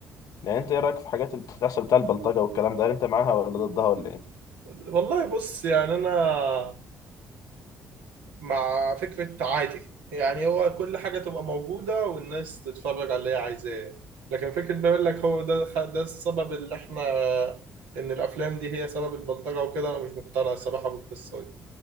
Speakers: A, on the left; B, on the right.
A: يعني انت ايه رايك في حاجات اللي بتحصل بتاع البلطجه والكلام ده هل انت معاها ولا ضدها ولا ايه
B: والله بص يعني انا مع فكره عادي يعني هو كل حاجه تبقى موجوده والناس تتفرج على اللي هي عايزاه لكن فكره بيقول لك هو ده ده السبب اللي احنا ان الافلام دي هي سبب البلطجه وكده انا مش مقتنع الصراحه بالقصه دي